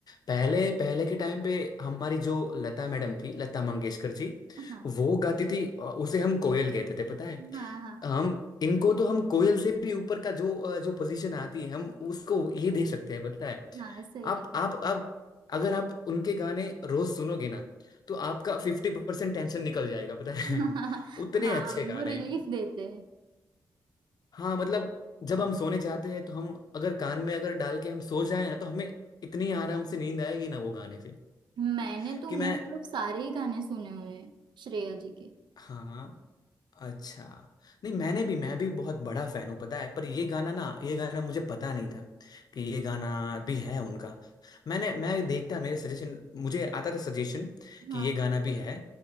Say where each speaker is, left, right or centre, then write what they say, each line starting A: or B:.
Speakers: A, on the left; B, on the right.
A: पहले पहले के टाइम पे हमारी जो लता मैडम थी लता मंगेशकर जी
B: हाँ
A: वो गाती थी अ, उसे हम कोयल कहते थे पता है
B: हाँ हाँ
A: हम इनको तो हम कोयल से भी ऊपर का जो अ, जो पोजीशन आती है हम उसको ये दे सकते हैं पता है
B: हाँ सही
A: आप आप आप अगर आप उनके गाने रोज सुनोगे ना तो आपका फिफ्टी परसेंट टेंशन निकल जाएगा पता है
B: <laughs> हाँ
A: <laughs> उतने
B: हाँ
A: अच्छे गाने
B: वो रिलीफ देते हैं
A: हाँ मतलब जब हम सोने जाते हैं तो हम अगर कान में अगर डाल के हम सो जाए ना तो हमें इतनी आराम से नींद आएगी ना वो गाने से
B: मैंने तो
A: कि
B: मोस्ट
A: मैं
B: ऑफ सारे ही गाने सुने हुए हैं श्रेया जी के
A: हाँ अच्छा नहीं मैंने भी मैं भी बहुत बड़ा फैन हूँ पता है पर ये गाना ना ये गाना मुझे पता नहीं था कि ये गाना भी है उनका मैंने मैं देखता मेरे सजेशन मुझे आता था सजेशन
B: हाँ
A: कि ये गाना भी है